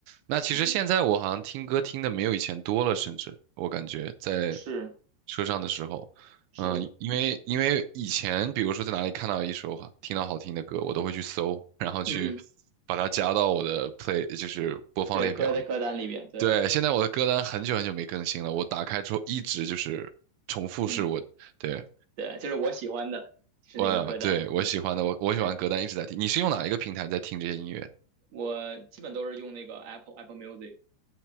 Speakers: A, on the right (about 80°); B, on the right (about 70°).
A: 那其实现在我好像听歌听的没有以前多了，
B: 嗯，
A: 甚至我感觉在
B: 是
A: 车上的时候，
B: 是，
A: 嗯，因为因为以前比如说在哪里看到一首好听到好听的歌，我都会去搜，然后去
B: 嗯，
A: 把它加到我的 play，就是播放列表里。
B: 对，歌在歌单里边，对对，
A: 对，现在我的歌单很久很久没更新了，我打开之后一直就是重复是我，
B: 嗯。
A: 对，
B: 对，就是我喜欢的，就是那个歌单。
A: 我对我喜欢的，我我喜欢歌单一直在听。
B: 对，
A: 你是用哪一个平台在听这些音乐？
B: 我基本都是用那个 Apple Apple Music。